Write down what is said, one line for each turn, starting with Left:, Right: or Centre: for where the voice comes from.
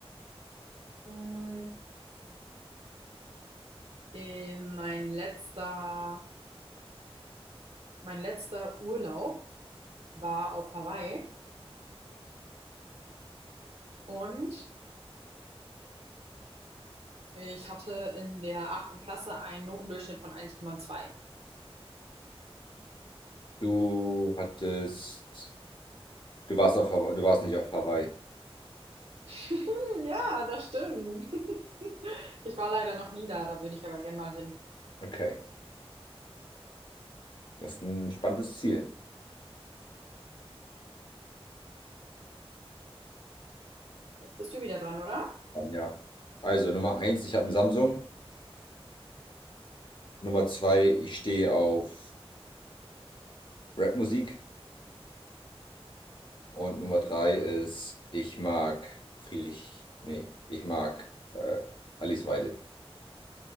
Right: Hm, äh, Mein letzter, mein letzter Urlaub war auf Hawaii und Ich hatte in der achten Klasse einen Notendurchschnitt von 1,2.
Left: Du hattest, du warst auf Hawaii, du warst nicht auf Hawaii.
Right: <laughs> Ja, das stimmt. <laughs> Ich war leider noch nie da, da würde ich aber gern mal hin.
Left: Okay. Das ist ein spannendes Ziel.
Right: Jetzt Bist du wieder dran, oder?
Left: Dann, ja. Also Nummer eins, ich habe einen Samsung. Nummer zwei, ich stehe auf Rapmusik. Und Nummer drei ist, ich mag Friedrich. Nee, ich mag äh, Alice Weidel.